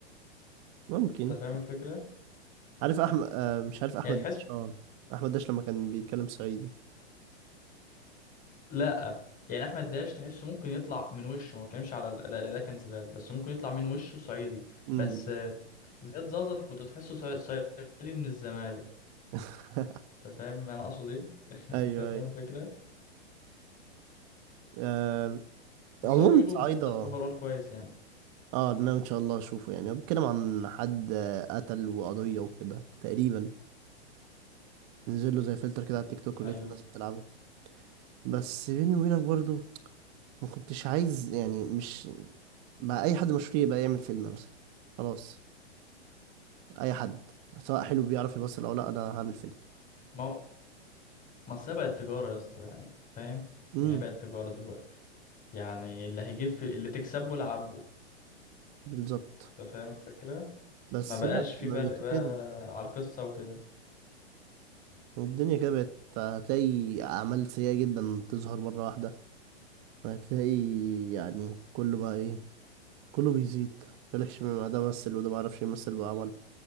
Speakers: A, on the right; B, on the left.
A: ممكن
B: انت فاهم الفكرة
A: عارف احمد آه مش عارف احمد
B: يعني تحس
A: داش اه احمد داش لما كان بيتكلم صعيدي
B: لا يعني احمد داش تحسه ممكن يطلع من وشه ما بتكلمش على الاداء الاداء كان زباله بس ممكن يطلع من وشه صعيدي
A: امم
B: بس آه، زياد زازا كنت تحسه صعي- صعيدي من الزمالك
A: <laughs>
B: انت فاهم انا اقصد ايه <laughs>
A: ايوه
B: انت فاهم
A: ايوه
B: الفكره
A: آه
B: بس
A: عموما
B: هو بيقولوا
A: صعيدة
B: مسلسل اوفرول كويس يعني
A: اه ناوي ان شاء الله اشوفه يعني هو بيتكلم عن حد آه، قتل وقضية وكده تقريبا نزل له زي فلتر كده على التيك توك ولقيت
B: ايوه
A: الناس بتلعبه بس بيني وبينك برضو ما كنتش عايز يعني مش بقى اي حد مشهور يبقى يعمل فيلم مثلا خلاص اي حد سواء حلو بيعرف يمثل او لا انا هعمل فيلم
B: ما هو ما أصل هي بقت تجاره يا اسطى يعني فاهم
A: امم
B: يعني بقت تجاره دلوقتي يعني اللي هيجيب في... اللي تكسبه لعبه
A: بالظبط
B: انت فاهم الفكره
A: بس
B: ما بقاش
A: لا
B: في
A: ما
B: فرق
A: بقتش
B: بقى
A: كده
B: على القصه وكده
A: الدنيا كده بقت هتلاقي أعمال سيئة جدا تظهر مرة واحدة وهتلاقي يعني كله بقى إيه كله بيزيد مالكش ما ده مثل وده معرفش يمثل وعمل